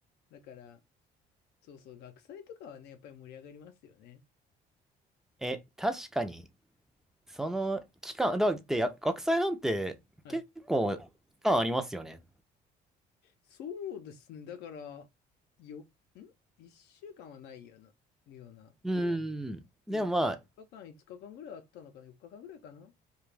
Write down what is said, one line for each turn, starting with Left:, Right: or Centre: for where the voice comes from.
Left: だから、そうそう、学祭とかはね、やっぱり盛り上がりますよね。
Centre: え、確かに、その期間、だってや学祭なんて結構期間ありますよね。
Left: はい。そうですね、だから、よ、ん ?1 週間はないような、ような。
Centre: うん。でもまあ、
Left: 4日間、5日間ぐらいあったのかな ?4 日間ぐらいかな